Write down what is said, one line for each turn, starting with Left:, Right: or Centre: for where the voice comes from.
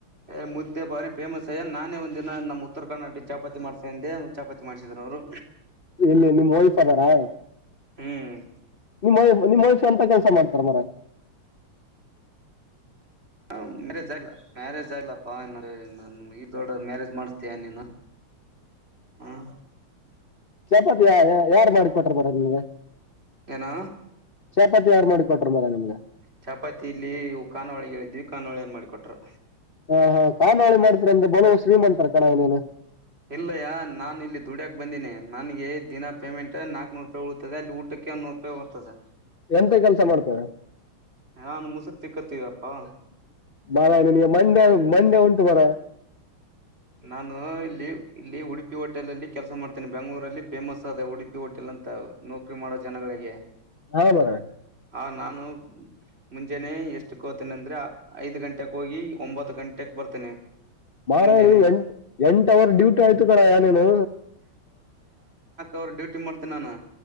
Right: ಏ ಮುದ್ದೆ ಬಾರಿ ಫೇಮಸ್ ಅಯ್ಯ ನಾನೇ ಒಂದು ನಮ್ಮ್ ಉತ್ತರ ಕರ್ನಾಟಕ್ ಚಪಾತಿ ಮಾಡ್ಸಾಂದೆ ಚಪಾತಿ ಮಾಡಿಸಿದ್ರು ಅವ್ರು
Left: ಇಲ್ಲಿ ನಿಮ್ಮ ವೈಫ್ ಅದಾರ
Right: ಹ್ಮ್
Left: ನಿಮ್ಮ್ ವೈಫ್ ನಿಮ್ಮ ವೈಫ್ ಅಂತ ಕೆಲ್ಸ ಮಾಡ್ತಾರ ಮರ
Right: ಹ ಮ್ಯಾರೇಜ್ ಆ ಮ್ಯಾರೇಜ್ ಆಗ್ಲ್ಲಪ್ಪಾ ಈ ದೊಡ ಮ್ಯಾರೇಜ್ ಮಾಡಿಸತೀಯ ನೀನು ಹ್ಮ್
Left: ಚಪಾತಿಯ ಯಾರ ಮಾಡಿ ಕೊಟ್ರ ಬರ ನಿಮಗ
Right: ಏನೂ
Left: ಚಪಾತಿ ಯಾರ ಮಾಡಿ ಕೊಟ್ಟಾರ ಮಾರಾಯ ನಿಮಗ
Right: ಚಪಾತಿ ಇಲ್ಲಿ ಖಾನಾವಳಿ ಹೇಳಿದ್ವಿ ಖಾನಾವಳಿರ ಮಾಡಿ ಕೊಟ್ಟಾರ
Left: ಹ ಹಾ ಖಾನಾವಳಿ ಮಾಡ್ತ ಅಂದ ಬಡವರ ಶ್ರೀಮಂತರ ಕಣ ನೀನು
Right: ಇಲ್ಲಯ್ಯ ನಾನ ಇಲ್ಲಿ ದುಡ್ಯಾಕ್ ಬಂದೇನಿ ನನಗೆ ದಿನ ಪೇಮೆಂಟ್ ನಾಕ್ನ್ನುರೂಪಾಯ ಉಳಿತದೆ ಅಲ್ಲಿ ಊಟಕ್ಕೆ ಒನ ನೂರು ರೂಪಾಯಿ ಹೋತದೆ
Left: ಎಂತ ಕೆಲ್ಸ ಮಾಡ್ತ
Right: ನಾನು
Left: <unintelligible>
Right: ಮುಸರು ತಿಕ್ಕತ್ತೀವಪ್ಪಾ
Left: ಮಂಡೇ ಮಂಡೆ ಉಂಟು ಮಾರಾಯ
Right: ನಾನು ಇಲ್ಲಿ ಇಲ್ಲಿ ಉಡುಪಿ ಹೋಟೆಲ್ಲ್ಲಿ ಕೆಲ್ಸ ಮಾಡ್ತೇನೆ ಬೆಂಗಳೂರಲ್ಲಿ ಫೇಮಸ್ ಉಡುಪಿ ಹೋಟೆಲ್ ಅಂತ ನೌಕರಿ ಮಾಡೋ ಜನಗಳಿಗೆ
Left: ಹಾ ಮರಯಾ
Right: ಹ ನಾನು ಮುಂಜೆನೆ ಎಷ್ಟು ಕೋತೀನ ಅಂದ್ರೆ ಐದ್ ಗಂಟೆಗೆ ಹೋಗಿ ಒಂಬತ್ತು ಗಂಟೆಕ್ ಬರ್ತೇನೆ
Left: ಮಾರ
Right: ಮುಂಜಾನೆ
Left: ನೀ ಎಂಟ ಎಂಟ ಅವರ್ ಡ್ಯೂಟಿ ಆಯ್ತು ಕಣ್ಣಯ್ಯ ನೀನು
Right: ಅವರ ಡೂಟಿ ಮಾಡ್ತನಿ ನಾನು